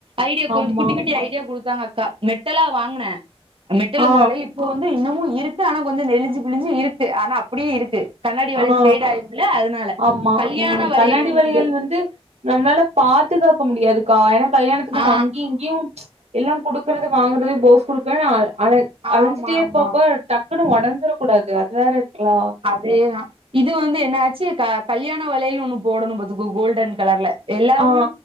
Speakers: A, on the right; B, on the right.
A: ஐ டி
B: ஆமா
A: கொஞ்சோ குட்டி குட்டி ஐடியா குடுத்தாங்க அக்கா மெட்டலா வாங்னே மெட்டல்
B: ஆ
A: அந்த வளயளு இப்ப வந்து இன்னமு இருக்கு ஆனா கொஞ்சோ நெலிஞ்சு பிலிஞ்சு இருக்கு ஆனா அப்டியே இருக்கு கண்ணாடி வளையல்
B: ஆ
A: பேடாயிரு ம்லிஅதனால
B: ஆமா
A: கல்யாண
B: ம்
A: வளையல்னு
B: கண்ணாடி
A: ஒன்னுண்டு
B: வளையல் வந்து நம்ளால பாத்துகாக்க முடியாதுக்கா ஏன்னா கல்யாணத்து நம்ம
A: ஆ
B: அங்யு இங்யு எல்லா குடுக்கறது வாங்குறது போஸ் குடுக்க அழ அழஞ்சிட்டே
A: ஆமா
B: இருப்பப்ப
A: ஆமா
B: டக் குன்னு ஒடஞ்சிரக் கூடாது அது வேற இருக்லா
A: அதேதா இது வந்து என்னாச்சு க கல்யாண வளையல் ஒண்ணு போடணு பாத்துக்கோ கோல்டன் கலர்ல எல்லாருமே
B: ஆ